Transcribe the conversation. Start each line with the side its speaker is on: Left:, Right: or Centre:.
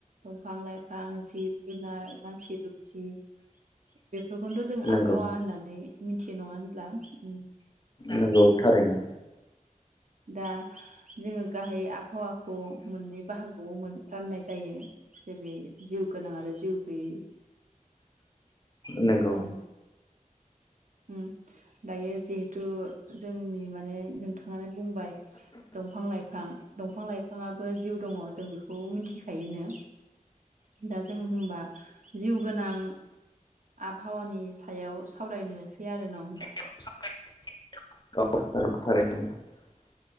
Right: दंफां लाइफां जिब जुनार मानसि दुमसि बेफोरखौनोथ' जों
Left: नंगौ
Right: आबहावा होननानै मिथियो नङा होनब्ला। उम।
Left: नंगौ थारैनो।
Right: दा जोङो गाहायै आबहावाखौ मोननै बाहागोआवमोन राननाय जायो। जेरै जिउ गोनाङा आरो जिउ गैयै।
Left: नोंगौ।
Right: औ उम, दायो जिहेथु जोंनि माने नोंथाङानो बुंबाय, दंफां लाइफां दफां लाइफां बिफाङाबो जिउ दङ जों बेखौ मिथिखायोनो। दा जों होनबा जिउ गोनां आबहावानि सायाव सावरायनोसै आरो न होमबा।
Left: <unintelligible> <inaudible>